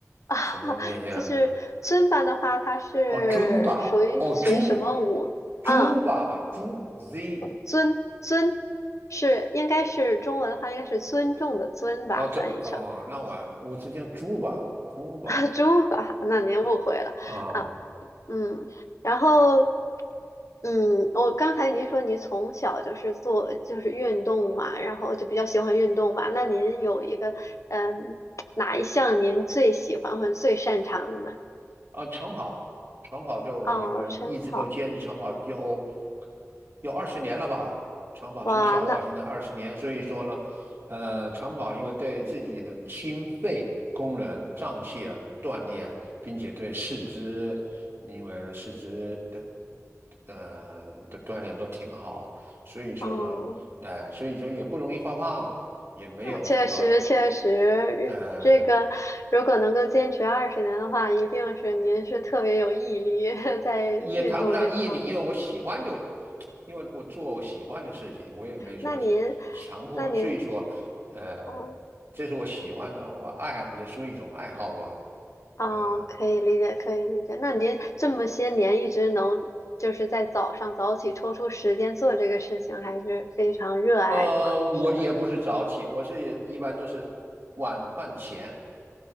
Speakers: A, on the left; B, on the right.
A: 啊，<laughs>
B: 什么那些舞？
A: 就是尊巴的话，它是属于属于什么舞？
B: 哦，尊吧，哦，尊尊吧吧，
A: 啊？
B: 猪 Z，
A: 尊尊是应该是中文的话，应该是尊重的尊吧，
B: 哦这哦，
A: 翻译成
B: 那我我只讲猪吧，猪吧
A: 啊猪吧，那您误会了啊，
B: 啊，
A: 嗯，然后嗯，我刚才您说您从小就是做就是运动嘛，然后就比较喜欢运动嘛，那您有一个嗯哪一项您最喜欢或者最擅长的吗？
B: 啊，长跑，长跑就我因为一直都坚持长跑有
A: 哦，晨跑，
B: 有二十年了吧，长跑从小到现在二十年，
A: 哇，那
B: 所以说呢，呃，长跑因为对自己的心肺功能、脏器的锻炼，并且对四肢，因为四肢的呃的锻炼都挺好，所以说呢，
A: 哦。
B: 呃，所以说也不容易发胖，也没有什么。
A: 啊确实，确实，
B: 呃。
A: 这个如果能够坚持二十年的话，一定是您是特别有毅力 <laughs> 在运动这方面。
B: 也谈不上毅力，因为我喜欢就，因为我做我喜欢的事情，我也没说是强迫，
A: 那您，那您，
B: 所以说，呃，
A: 哦
B: 这是我喜欢的，我爱也属于一种爱好吧，
A: 哦，
B: 呃，
A: 可以理解，可以理解。那您这么些年一直能就是在早上早起抽出时间做这个事情，还是非常热爱的嘛，
B: 呃，我也不是早起，
A: 是吧？
B: 我是也一般都是晚饭前，